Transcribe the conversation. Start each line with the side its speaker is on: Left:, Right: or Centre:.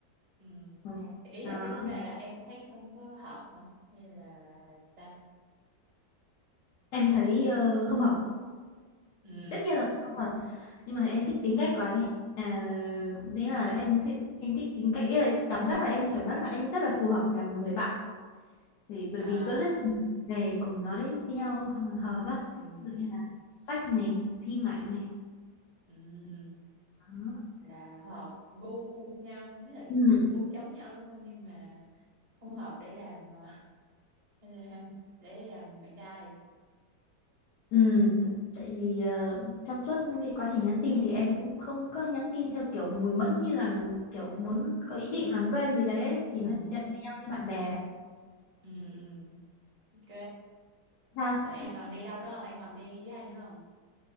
Right: ừ.
Left: Ờ,
Right: thì ý là
Left: ờ,
Right: cái vấn đề là em thấy không có hợp hả hay là sao
Left: em thấy ờ, không hợp
Right: ừ
Left: tất nhiên rồi không hợp nhưng mà em thích tính cách của anh ấy à, nghĩa là em thích em thích tính cách ý là cảm giác là em cảm giác là anh rất là phù hợp làm một người bạn vì bởi
Right: à
Left: vì có rất là nhiều về cùng nói với nhau hợp á
Right: ừ
Left: ví dụ như là sách này phim ảnh này
Right: Ừm,
Left: Đó.
Right: là hợp gu nhau với lại
Left: ừ.
Right: gu giống nhau đúng không nhưng mà không hợp để làm ờ, <laughs> để làm, để làm bạn trai
Left: Ừ. tại vì ờ, trong suốt cái quá trình nhắn tin thì em cũng không có nhắn tin theo kiểu mùi mẫn như là kiểu muốn có ý định làm quen gì đấy chỉ
Right: Ừm,
Left: nói chuyện với nhau như bạn bè
Right: ừm, ừm, ok
Left: sao
Right: rồi em còn đi đâu nữa không em còn đi với ai nữa không